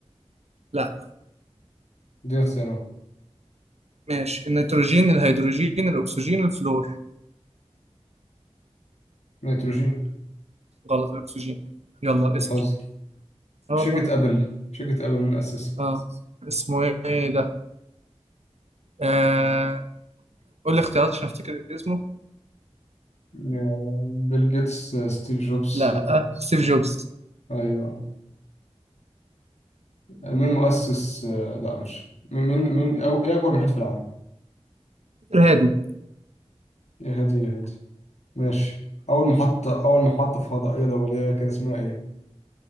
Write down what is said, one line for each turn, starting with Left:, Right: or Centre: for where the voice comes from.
Right: لا
Left: دي اختيارات
Right: ماشي النيتروجين الهيدروجين الأكسجين الفلور
Left: نيتروجين
Right: غلط الأكسجين يلا
Left: بتهزر
Right: اسأل اه
Left: شركة
Right: والله
Left: أبل شركة أبل من أسسها
Right: اه اسمه ايه ده؟ آه... قول لي اختيارات عشان افتكر اسمه
Left: آه، بيل جيتس آه، ستيف جوبز
Right: لا
Left: آه،
Right: سيف جوبز
Left: أيوه آه، مين مؤسس آه، لا مش مين مين أو إيه أكبر محيط في العالم
Right: الهادي
Left: يا هادي يا هادي ماشي أول محطة أول محطة فضائية دولية كان اسمها إيه؟